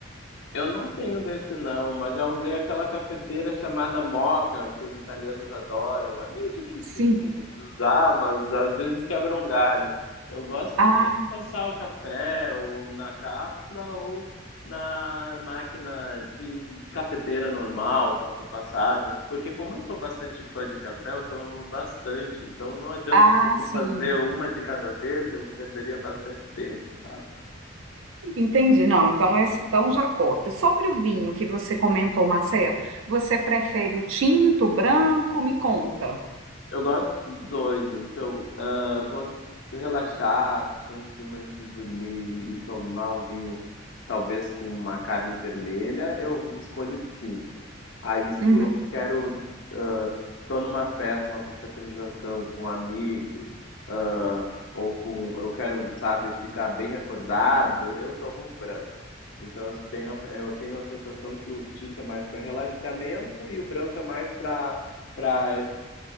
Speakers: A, on the left; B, on the right.
A: Eu não tenho desse não, mas já usei aquela cafeteira chamada Moca, que os italianos adoram. É meio dificilzinho
B: Sim.
A: de usar, mas às vezes quebra um galho. Eu gosto
B: Ah,
A: mais de passar o café ou na cápsula ou na máquina de cafeteira normal, café passado, porque como eu sou bastante fã de café, eu tomo bastante, então não adianta
B: ah,
A: se eu for
B: sim.
A: fazer uma de cada vez, eu perderia bastante tempo, sabe?
B: Entendi. Não, então, é, então já corta. Sobre o vinho que você comentou, Marcelo, você prefere o tinto, o branco? Me conta.
A: Eu gosto dos dois. O seu, ah, vou relaxar, assistir um filme antes de dormir e tomar um vinho, talvez com uma carne vermelha, eu escolho tinto. Aí, se
B: Uhum.
A: eu quero, ah, estou numa festa, uma confraternização com amigos, ah, ou com, eu quero, sabe, ficar bem acordado, eu tomo um branco. Então, eu tenho, a- eu tenho a sensação que o tinto é mais para relaxamento e o branco é mais para para